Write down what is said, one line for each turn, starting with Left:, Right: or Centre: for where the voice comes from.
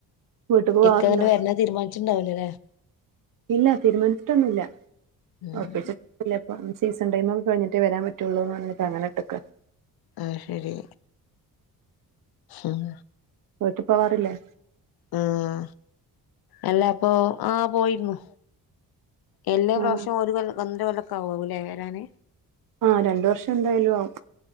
Right: വീട്ടിക്ക് പോവാറുണ്ടോ
Left: ഇക്ക ഇങ്ങട്ട് വര്ണ തീരുമാനിച്ചിട്ടുണ്ടാവിലല്ലേ.
Right: ഇല്ല തീരുമാനിച്ചിട്ടൊന്നുല്ല
Left: ഉം
Right: ഒറപ്പിച്ചിട്ട് ഒന്നും ഇല്ല്യ ഇപ്പൊ ഇനി സീസൺ ടൈമൊക്കെ കഴിഞ്ഞിട്ടേ വരാൻ പറ്റുള്ളൂ എന്ന് പറഞ്ഞിട്ട് അങ്ങനെ ഇട്ടെക്ക
Left: അത് ശരി ഉം
Right: വീട്ടി പോവാറില്ലേ?
Left: ഉം അല്ല അപ്പൊ ആഹ് പോയിരുന്നു. എല്ലാ പ്രാവശ്യം
Right: ആ
Left: ഒരു കൊല്ല് ഒന്നര കൊല്ലോക്ക ആകുവല്ലേ വരാന്
Right: ആഹ് രണ്ട് വർഷം എന്തായാലും ആവും.